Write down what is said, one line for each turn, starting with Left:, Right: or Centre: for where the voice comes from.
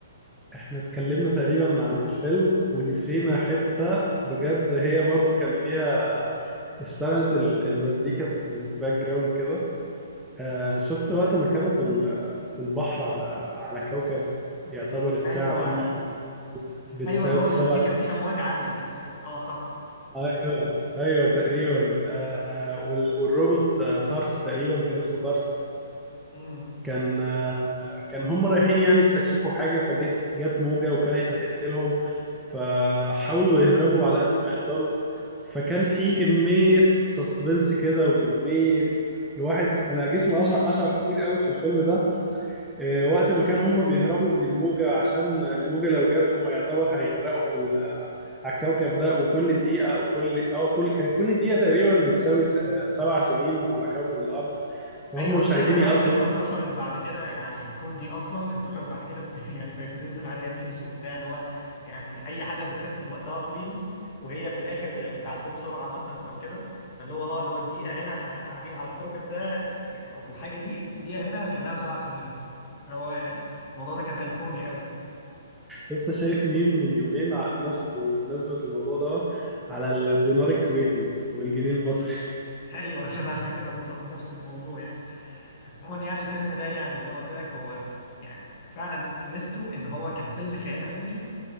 Centre: احنا اتكلمنا تقريبا عن الفيلم ونسينا حتة بجد هي برضو كان فيها اشتغلت ال- المزيكا في الباك جراوند كده آه شفت وقت ما كانوا في ال- في البحر على على كوكب يعتبر الساعة
Left: ايوه
Centre: فيه بتساوي
Left: ايوه اللي هو ال-
Centre: سبعة
Left: في كان في امواج عاليه دي اه آه، صح
Centre: ايوه ايوه تقريبا آه وال- والروبوت آه، طرس تقريبا كان اسمه طرس
Left: مم.
Centre: كان كان هم رايحين يعني يستكشفوا حاجة فجت جت موجة وكانت هتقتلهم فحاولوا يهربوا على قد ما يقدروا فكان في كمية سسبنس كده وكمية الواحد انا جسمي اشعر اشعر كتير قوي في الفيلم ده آه، وقت ما كان هم بيهربوا من الموجة عشان الموجة لو جت هم يعتبر هيغرقوا في ال- على الكوكب ده وكل دقيقة او كل اه كل كان كل دقيقة تقريبا بتساوي س- آه، سبع سنين على كوكب الارض فهم
Left: ايوه
Centre: مش
Left: دي كمان
Centre: عايزين يقضوا
Left: على فكره انتشرت بعد كده يعني الكود دي اصلا انتشرت بعد كده في <laughs> يعني بقت بتنزل عليها ميمز وبتاع اللي هو يعني اي حاجه بتحس ان وقتها طويل وهي في الاخر بتعدي بسرعه مثلا او كده فاللي هو اه اللي هو الدقيقه هنا احنا قاعدين على الكوكب ده يعني او في الحاجه دي الدقيقه هنا كانها سبع سنين فهو يعني الموضوع ده كان ايقوني قوي
Centre: لسه شايف ميم من يومين قبلها في- بمناسبة الموضوع دوت على الدينار الكويتي والجنيه المصري
Left: <laughs> ايوه شبهها كده بالظبط نفس الموضوع يعني عموما يعني الفيلم ده يعني زي ما قلت لك هو يعني فعلا ميزته ان هو كان فيلم خيال علمي